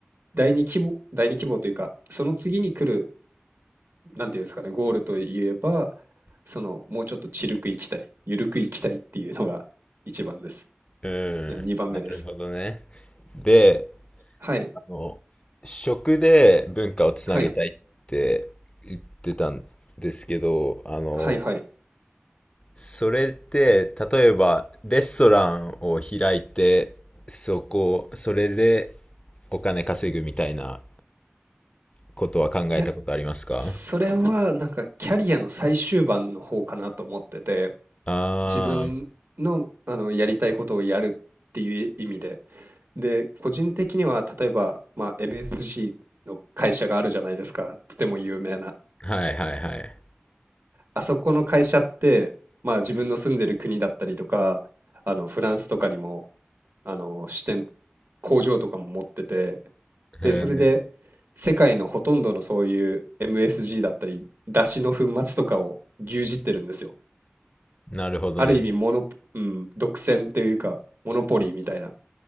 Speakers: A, on the right; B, on the left.
A: 第二規模、第二規模というか、その次に来るなんていうんですかね、ゴールといえば、その、もうちょっとちるく行きたい、ゆるく行きたいっていうのが一番です。
B: うん。
A: な二番目です。
B: なるほどね。で、
A: はい、
B: あの、食で文化をつなげたいって言ってたんですけど、
A: はい、
B: あの、
A: はい、はい。
B: それって、例えば、レストランを開いて、そこ、それでお金稼ぐみたいなことは考えたことありますか
A: いや、それはなんかキャリアの最終盤の方かなと思ってて、
B: あ
A: 自分の、あの、やりたいことをやるっていう意味で。で、個人的には、例えば、まあ、MSG の会社があるじゃないですか。とても有名な。
B: あー、はいはいはい。
A: あそこの会社って、まあ、自分の住んでる国だったりとか、あのフランスとかにもあの支店、工場とかも持ってて、
B: へー
A: で、それで世界のほとんどのそういう MSG だったり、出汁の粉末とかを牛耳ってるんですよ。
B: なるほどね。
A: ある意味モノ、うん、独占というか、モノポリーみたいな